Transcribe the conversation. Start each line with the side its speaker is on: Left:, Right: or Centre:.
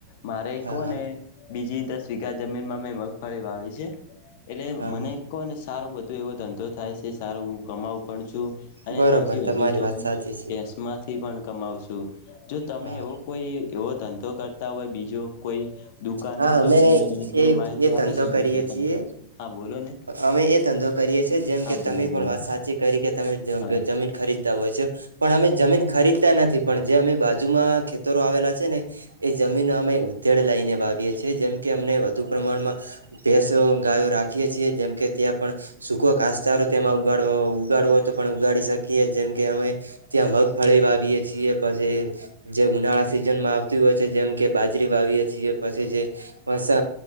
Left: મારે
Right: હા
Left: કોને
Right: હા
Left: બીજી દસ વીઘા જમીનમાં મેં મગફળી વાવી છે. એટલે
Right: હા
Left: મને કહો ને સારો બધું એવો ધંધો થાય છે, સારો હું કમાવું પણ છું અને
Right: બરોબર
Left: સૌથી
Right: તમારી
Left: વધુ તો
Right: વાત સાચી છે.
Left: કેસમાંથી પણ કમાવ છું, જો તમે
Right: હા
Left: એવો કોઈ એવો ધંધો કર તા હોય બીજો કોઈ દુકાન
Right: હા
Left: નો
Right: અમે
Left: તો તમને મને થોડી
Right: એ
Left: માહિતી
Right: એ
Left: આપી
Right: ધંધો
Left: શકો
Right: કરીએ
Left: છો તમે
Right: છીએ
Left: હા બોલો ને
Right: અમે એ ધંધો કરીએ છિએ જેમ
Left: હા
Right: કે
Left: બોલો
Right: તમે
Left: બોલો
Right: પણ વાત સાચી કરી કે તમે ત્યાં
Left: હા
Right: જમીન ખરી ત વજો પણ અમે જમીન ખરીદતા નથી પણ જે અમે બાજુમાં ખેતરો આવેલા છે ને એ જમીન અમે ઉધેડ લઈને વાવીએ છીએ જેમ કે અમને વધુ પ્રમાણમાં ભેસો, ગાયો રાખી છિએ જેમ કે ત્યાં પણ સુકો ઘાસચારો તેમાં ઉગાડવો ઉગાડવો હોય તો પણ ઉગાડી શકે. જેમ કે અમે ત્યાં મગફળી વાવીએ છીએ પછી જે ઉનાળા સીઝનમાં આવતી હો હોય છે, જેમ કે બાજરી વાવીએ છીએ પછી જે પસો